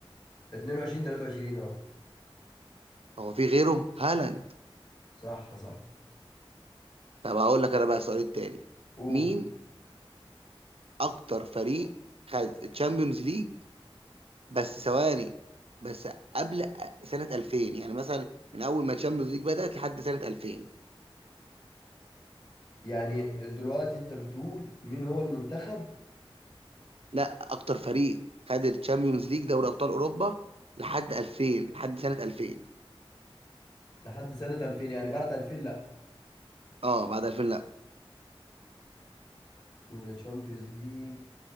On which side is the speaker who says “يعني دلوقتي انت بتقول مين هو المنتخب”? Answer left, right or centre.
Left